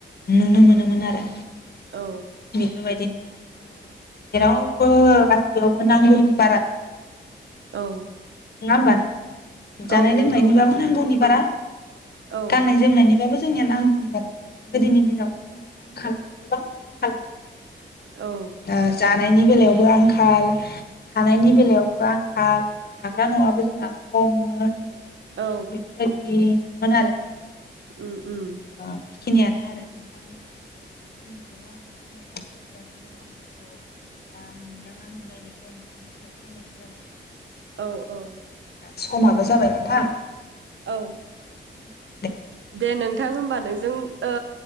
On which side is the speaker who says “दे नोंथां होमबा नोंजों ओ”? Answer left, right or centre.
Right